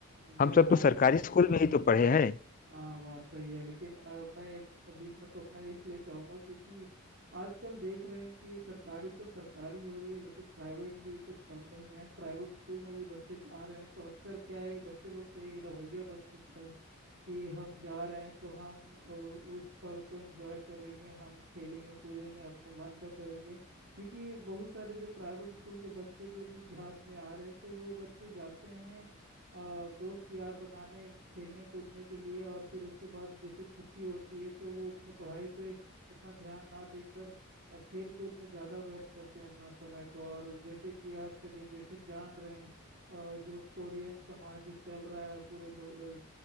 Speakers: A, on the right; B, on the left.
A: जी
B: हम सब
A: हाँ
B: तो
A: सब
B: सरकारी स्कूल
A: बोल रहे
B: में ही
A: हैं
B: तो पढ़े हैं
A: हाँ बात सही है लेकिन अ, मैं बीच में टोकना इसलिए चाहूंगा क्योंकि आजकल देख रहे हैं कि सरकारी तो सरकारी हो रही है लेकिन प्राइवेट भी कुछ कम नहीं है प्राइवेट स्कूल में भी बच्चे जा रहे हैं तो अक्सर क्या है बच्चे लोग का एक रवैया बन चुका है कि हम जा रहे हैं तो हम अ, उस पल को एंजॉय करेंगे हम खेलेंगे कूदेंगे अपने मन का करेंगे क्योंकि बहुत सारे जो प्राइवेट स्कूल के बच्चे भी अभी ध्यान में आ रहे हैं तो वो बच्चे जाते हैं अ, दोस्त यार बनाने खेलने कूदने के लिए और फिर उसके बाद जैसे छुट्टी होती है तो वो अपने पढ़ाई पे उतना ध्यान ना देकर अ, खेल कूद में ज़्यादा व्यर्थ करते हैं अपना समय को और जैसे कि आज का जनरेशन जान रहे हैं अ, जो कोरियन समाज जो चल रहा है पूरे दु-